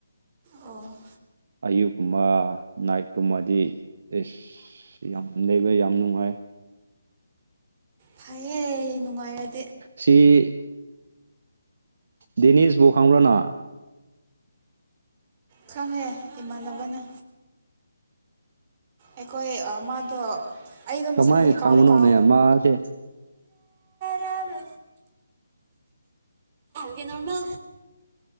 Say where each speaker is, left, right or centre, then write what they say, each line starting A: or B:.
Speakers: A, on the right; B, on the right.
A: ꯑꯣ
B: ꯑꯌꯨꯛꯀꯨꯝꯕ ꯅꯥꯏꯠꯀꯨꯝꯕꯗꯤ ꯑꯦꯁ ꯌꯥꯝ ꯂꯩꯕ ꯌꯥꯝ ꯅꯨꯡꯉꯥꯏ
A: ꯐꯩꯌꯦ ꯅꯨꯡꯉꯥꯏꯔ
B: ꯁꯤꯔꯤ ꯗꯦꯅꯤꯁ ꯣꯈꯪꯕ꯭ꯔꯅꯥ
A: ꯈꯪꯉꯦ ꯏꯃꯥꯟꯅꯕꯅ ꯑꯩꯈꯣꯏ ꯃꯥꯗꯣ ꯑꯩꯗꯣ ꯃꯁꯛꯕꯨꯗꯤ
B: ꯀꯃꯥꯏꯅ ꯈꯪꯕꯅꯣꯅꯦ
A: ꯀꯥꯎꯗꯤ ꯀꯥꯎ
B: ꯃꯥꯁꯦ
A: ꯔꯄ ꯊꯦꯡꯃ